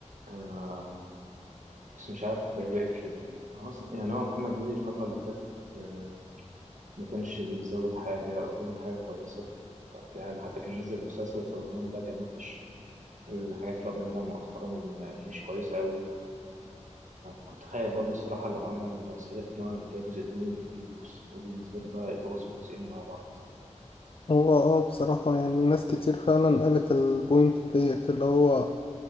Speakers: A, on the right; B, on the left.
A: آه بس مش عارف وقف ليه هو أصلا يعني هو محمد هنيدي الفترة اللي فاتت آه، ما كانش بيزود حاجة أو بيعمل حاجة كويسة يعني حتى كان نازل مسلسل في رمضان ده كان وحش الحاجات اللي هو بيعملها مؤخرا آه، مش كويسة أوي كنت خايف برضو الصراحة لو عمل صعيدي في الجامعة الأمريكية جزء تاني يبوظ وبالنسبة لي بقى يبوظ الجزئين مع بعض
B: هو اه بصراحة يعني ناس كتير فعلا قالت البوينت ديت اللي هو